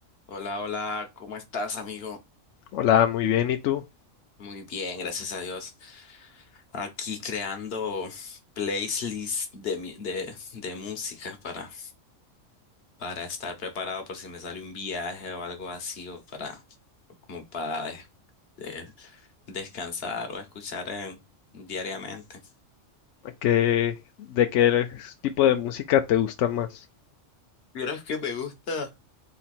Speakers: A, on the left (about 50°); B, on the left (about 70°).
A: Hola, hola, ¿cómo estás, amigo?
B: Hola, muy bien. ¿Y tú?
A: Muy bien, gracias a Dios. Aquí creando playlists de, mi- de, de música para, para estar preparado por si me sale un viaje o algo así, o para, como para des- de- descansar o escuchar eh, diariamente.
B: ¿Qué, de qué tipo de música te gusta más?
A: Vieras que me gusta,